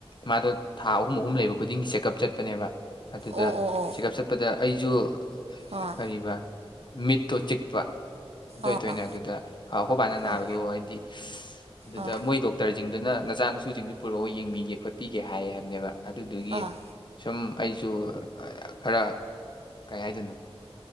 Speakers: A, on the left; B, on the right.
A: ꯃꯥꯗꯣ ꯊꯥꯎ ꯑꯍꯨꯝ ꯑꯍꯨꯝ ꯂꯩꯕ ꯈꯨꯗꯤꯡꯒꯤ ꯆꯦꯛꯀꯞ ꯆꯠꯄꯅꯦꯕ ꯑꯗꯨꯗ
B: ꯑꯣ ꯑꯣ ꯑꯣ
A: ꯆꯦꯛꯀꯞ ꯆꯠꯄꯗ ꯑꯩꯁꯨ
B: ꯑꯥ
A: ꯀꯔꯤꯕ ꯃꯤꯠꯇꯨ ꯆꯤꯛꯄ ꯇꯣꯏ
B: ꯑꯥ
A: ꯇꯣꯏꯅ ꯑꯈꯣꯏꯕꯥꯅ ꯅꯥꯕꯗꯣ
B: ꯑꯥ
A: ꯍꯥꯏꯗꯤ ꯑꯗꯨꯗ
B: ꯑꯥ
A: ꯃꯣꯏ ꯗꯣꯛꯇꯔ ꯁꯤꯡꯗꯨꯅ ꯅꯆꯥꯅꯁꯨꯁꯤꯡꯗꯨ ꯄꯨꯔꯛꯑꯣ ꯌꯦꯡꯕꯤꯒꯦ ꯈꯣꯠꯄꯤꯒꯦ ꯍꯥꯏ ꯍꯥꯏꯕꯅꯦꯕ ꯑꯗꯨꯗꯨꯒꯤ
B: ꯑꯥ
A: ꯁꯨꯝ ꯑꯩꯁꯨ ꯈꯔ ꯀꯩ ꯍꯥꯏꯗꯣꯏꯅꯣ